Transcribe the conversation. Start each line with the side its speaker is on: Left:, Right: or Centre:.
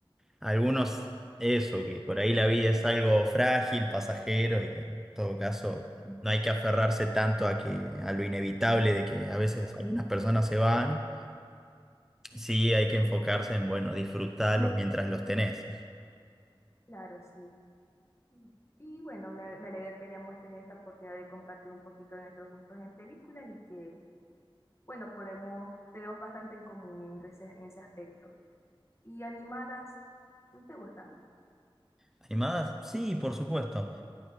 Centre: Algunos, eso, que por ahí la vida es algo frágil, pasajero, y que en todo caso no hay que aferrarse tanto a que, a lo inevitable de que a veces algunas personas se van. Sí, hay que enfocarse en, bueno, disfrutarlos mientras los tenés.
Left: Claro, sí. Mm. Y bueno, una- me alegra que hayamos tenido esta oportunidad de compartir un poquito de nuestros gustos en películas y que, bueno, podemos, tenemos bastante en común en ese, en ese aspecto. Y animadas, ¿no te gustan?
Centre: ¿Animadas? Sí, por supuesto.